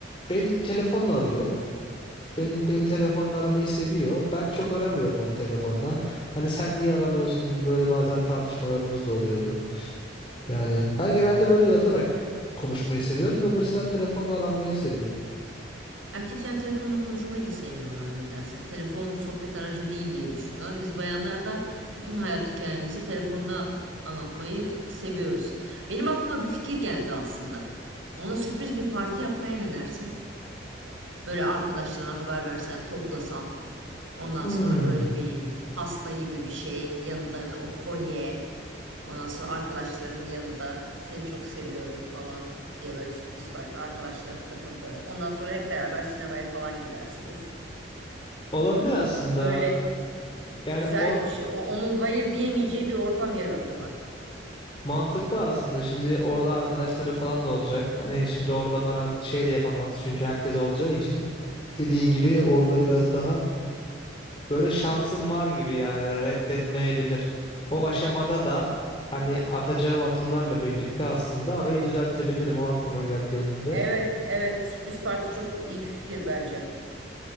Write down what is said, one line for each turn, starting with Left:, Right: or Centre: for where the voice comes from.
Left: ben telefonla arıyor. Ben ben telefonla aramayı seviyor. Ben çok aramıyorum onu telefonla. Hani sen niye aramıyorsun gibi böyle bazen tartışmalarımız da oluyordu. Yani ben genelde böyle yazarak konuşmayı seviyorum da mesela telefonla aranmayı seviyor.
Right: Erkekler telefonla konuşmayı da sevmiyorlar nedense. Telefon sohbet aracı değil diye düşünüyorlar. Biz bayanlar da bütün hayat hikayemizi telefonda anlatmayı seviyoruz. Benim aklıma bir fikir geldi aslında. Ona sürpriz bir parti yapmaya ne dersin? Böyle arkadaşlarına haber versen, toplasan. Ondan
Left: Hmm.
Right: sonra böyle bir pasta gibi bir şey, yanında o kolye. Ondan sonra arkadaşlarının yanında seni çok seviyorum falan diye böyle sürpriz parti arkadaşlarının katıldığı. Ondan sonra hep beraber sinemaya falan gidersiniz.
Left: Olabilir aslında.
Right: Öyle güzel
Left: Yani or
Right: bir şey. o- Onun hayır diyemeyeceği bir ortam yarat ona.
Left: mantıklı aslında. Şimdi orada arkadaşları falan da olacak. Hani şimdi orada bana şey de yapamaz. Çünkü herkes olacağı için dediğin gibi orada biraz daha böyle şansım var gibi yani reddetmeyebilir. O aşamada da hani atacağım adımlarla birlikte aslında arayı düzeltebilirim. O aklıma geldi benim de.
Right: Evet, evet. Sürpriz parti çok iyi bir fikir bence.